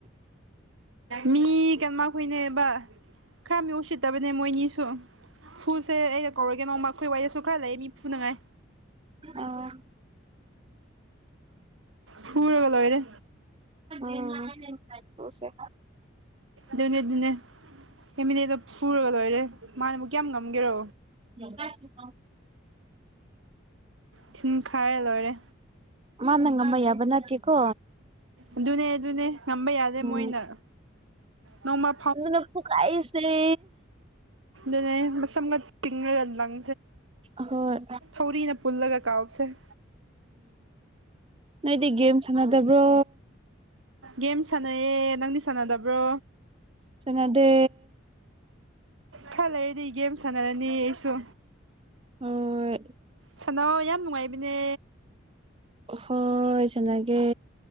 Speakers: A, on the right; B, on the right.
A: ꯃꯤ ꯀꯩꯅꯣꯃꯈꯣꯏꯅꯦꯕ ꯈꯔ ꯃꯤ ꯎꯁꯤꯠꯇꯕꯅꯦ ꯃꯣꯏꯅꯤꯁꯨ ꯐꯨꯁꯦ ꯑꯩꯅ ꯀꯧꯔꯒꯦ ꯅꯃ ꯑꯩꯈꯣꯏ ꯋꯥꯔꯤꯏꯗꯁꯨ ꯈꯔ ꯂꯩ ꯃꯤ ꯐꯨꯅꯉꯥꯏ
B: ꯑꯥ
A: ꯁꯔꯒ ꯂꯅꯦ
B: ꯎꯝ ꯄꯨꯁꯦ
A: ꯅꯦ ꯅꯦ ꯐꯦꯃꯤꯅꯦꯗꯣ ꯐꯨꯔꯒ ꯂꯣꯏꯔꯦ ꯃꯥꯅꯦꯕꯨꯛ ꯀꯌꯥꯝ ꯉꯝꯒꯦꯔꯣ
B: ꯌꯒ ꯁꯤꯄ
A: ꯊꯤꯟ ꯈꯥꯏꯔꯦ ꯂꯣꯏꯔꯦ
B: ꯃꯥꯅ ꯉꯝꯕ ꯌꯥꯕ ꯅꯠꯇꯦꯀꯣ
A: ꯑꯗꯨꯅꯦ ꯑꯗꯨꯅꯦ ꯉꯝꯕ ꯌꯥꯗꯦ
B: ꯎꯝ
A: ꯃꯣꯏꯅ ꯅꯣꯡꯃ
B: ꯑꯗꯨꯅ ꯄꯨ ꯀꯥꯏꯁꯦ
A: ꯑꯗꯨꯅꯦꯁꯝꯒ ꯇꯤꯡꯦꯜꯗꯪ
B: ꯍꯣꯏ
A: ꯇꯧꯔꯤ ꯄꯨꯜꯂꯒ ꯀꯥꯎꯁꯦ
B: ꯅꯗꯤ ꯦꯝ ꯆꯉꯗꯕ꯭ꯔꯣ
A: ꯒꯦꯝ ꯁꯥꯟꯅꯩꯌꯦꯦ ꯅꯪꯗꯤ ꯁꯥꯟꯅꯗꯕ꯭ꯔꯣ
B: ꯆꯗ
A: ꯈꯔ ꯂꯩꯔꯗꯤ ꯒꯦꯝ ꯁꯥꯟꯅꯔꯅꯤ ꯑꯩꯁꯨ
B: ꯍꯣꯏ
A: ꯁꯥꯅꯧ ꯌꯥꯝ ꯅꯨꯡꯉꯥꯏꯕꯅꯦ
B: ꯍꯣꯏ ꯆꯅꯒꯦ